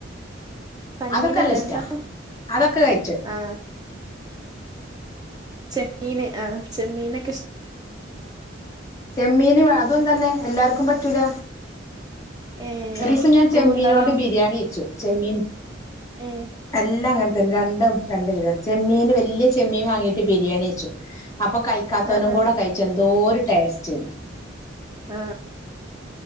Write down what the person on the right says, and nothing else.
പഞ്ഞീനല്ല
എന്താ
ആ ചെമ്മീന് ആ ചെമ്മീനെ
ഏ
കൂന്തളം
ഏ
ആ ആ
ആ